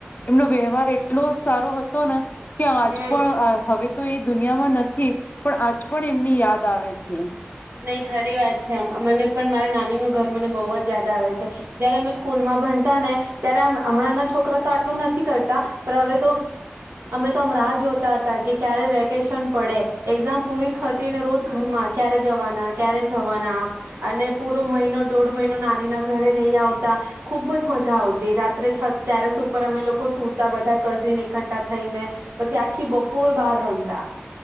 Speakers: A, on the left; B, on the right.
A: એમનો વ્યવહાર એટલો સારો હતો ને કે આજ
B: હમ.
A: પણ હવે તો એ દુનિયામાં નથી. પણ આજ પણ એમની યાદ આવે છે.
B: નહી ઘરી વાત છે મને પણ મારા નાની નું ઘર મને બહુ જ યાદ આવે છે. જયારે અમે સ્કૂલ માં ભનતા ને ત્યારે આમ હમણાંના છોકરા તો આટલું નથી કરતા પણ હવે તો અમે તો અ રાહ જોતા હતા કે ક્યારે વેકેશન પડે એક્ઝામ પૂરી થતી ને રોજ ઘરમાં ક્યારે જવાના, ક્યારે જવાના, આમ અને પૂરો મહિનો દોઢ મહિનો નાની ના ઘરે રહી આવતા ખુબ જ મજા આવતી રાત્રે છ રસ ઉપર અમે લોકો સુતા બધા કઝને એકઠઠા થઈને પછી આખી બપોર બહાર રમતા.